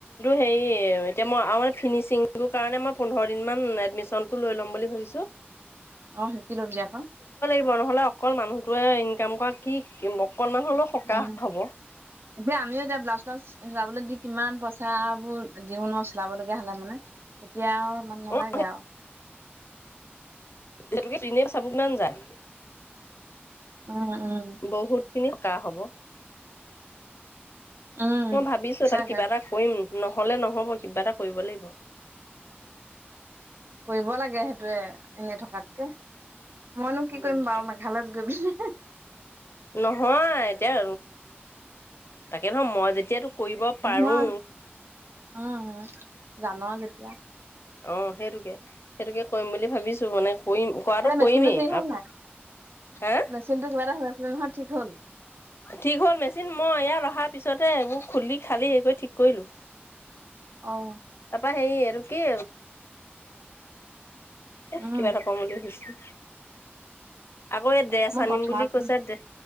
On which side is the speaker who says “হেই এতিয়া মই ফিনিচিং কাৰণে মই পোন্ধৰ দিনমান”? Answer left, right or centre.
Left